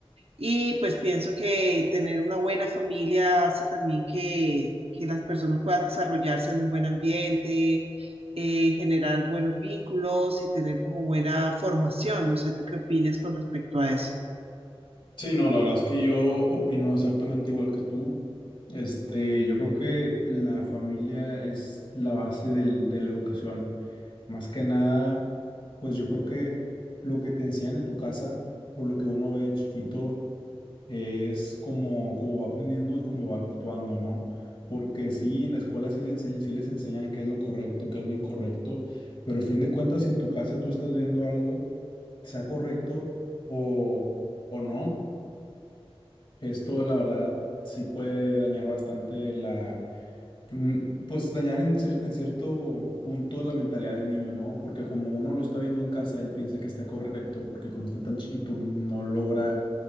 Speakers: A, on the right; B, on the left.
A: y pues pienso que tener una buena familia hace también que, que las personas puedan desarrollarse en un buen ambiente, eh, generar buenos vínculos y tener como buena formación. No sé, ¿tú qué opinas con respecto a eso?
B: Sí, no, la verdad es que yo opino exactamente igual que tú. Este, yo creo que la familia es la base del- de la educación. Más que nada, pues yo creo que lo que te enseñan en tu casa, por lo que uno ve de chiquito, es como, como va aprendiendo y cómo va actuando, ¿no? Porque sí, en la escuela sí, le enseñan, sí les enseñan qué es lo correcto, qué es lo incorrecto, pero al fin de cuentas, si en tu casa tú estás viendo algo, sea correcto o, o no. Esto, la verdad, sí puede dañar bastante la, mm, pues dañar en cier- en cierto punto la mentalidad del niño, ¿no? Porque como uno lo está viendo en casa, él piensa que está correcto, porque como está tan chiquito, no logra,